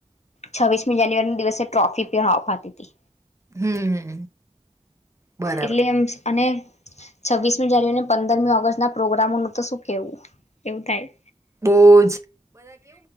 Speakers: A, on the left; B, on the right.
A: છવ્વીસમી જાન્યુરીના દિવસે ટ્રોફી પય આપીતી
B: હમ્મ બરાબર.
A: એટલે એમ અને છવ્વીસમી જાન્યુઆરીને પંદરમી ઓગસ્ટના પ્રોગ્રામોનું તો શું કેહેવું એવું થાય
B: બહુ જ